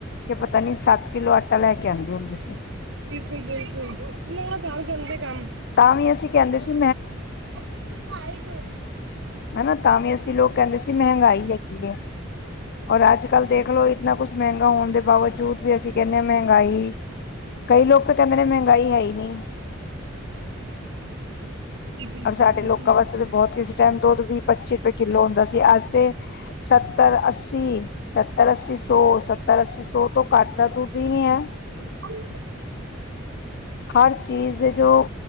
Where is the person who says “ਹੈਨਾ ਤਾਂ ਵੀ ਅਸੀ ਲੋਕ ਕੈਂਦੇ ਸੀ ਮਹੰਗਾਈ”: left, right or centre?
Left